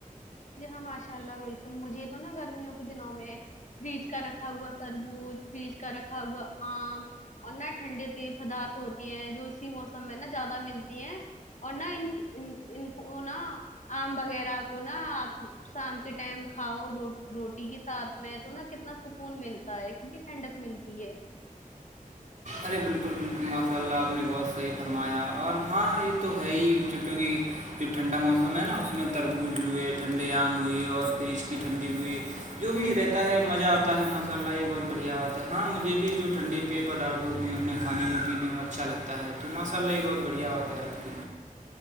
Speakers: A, on the left; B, on the right.
A: جی ہاں ماشاء اللہ بلکل مجھے یہ تو نا گرمیوں کے دنوں میں فریج کا رکھا ہوا تربوز فریج کا رکھا ہوا آم اور نہ ٹھنڈے تی پدارت ہوتی ہیں جو اسی موسم میں نا زیادہ ملتی ہیں اور نہ ان ان کو نہ آم وغیرہ کو نہ شام کے ٹائم کھاؤ روٹی کے ساتھ میں تو نا کتنا سکون ملتا تا ہے کتنی ٹنڈک ملتی ہے
B: ارے بلکل بلکل ماشاء اللہ آپ نے بہت صحی فرمایا اور ہاں یہ تو ہے ہی کیونکہ جو ٹھنڈا موسم ہے نا اس میں تربوز ہوئے ٹھنڈے آم ہوئے اور فریج کی ٹھنڈی ہوئی جو بھی رہتا ہے مزہ آتا ہے ماساء اللہ یہ بہت بڑھیا بات ہے ہاں مجھے بھی جو ٹھنڈی پیے پداردھ دودھنے انہیں کھانے میں پینے میں اچھا لگتا ہے تو ماشاء اللہ یہ بہت بڑھیا بات ہے آپ کی